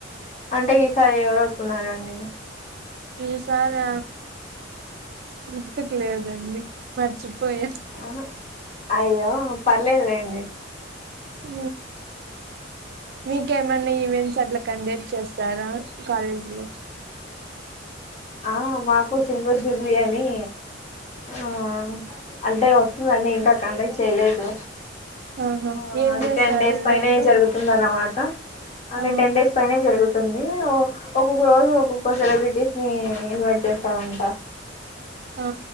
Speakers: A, on the left; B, on the right.
A: అంటే ఈసారి ఎవరు వస్తున్నారంండి
B: ఈసారి గుర్తుకు లేదండి మర్చిపో పోయా
A: ఆహా, అయ్యో పర్లేదు లేండి
B: ఉ మీకేమైన్నా ఈవెంట్స్ అట్లా కండక్ట్ చేస్తారా కాలేజీలో
A: ఆ మాకు సిల్వర్ జూబ్లీ అని ఆ అంటే వస్తుందండి ఇంకా కండక్ట్ చేయలేదు
B: ఆహా
A: ఆ
B: ఏం
A: అది
B: చేస్తారండి
A: టెన్ డేస్ పైనే
B: అప్పుడు
A: జరుగుతుంది అన్నమాట <unintelligible> అంటే
B: ఆ
A: టెన్ డేస్ పైనే జరుగుతుంది ంది ఒక్కొక్క రోజు ఒక్కొక్క సెలబ్రిటీ ని ఇన్వైట్ చేస్త స్తారంట
B: ఆ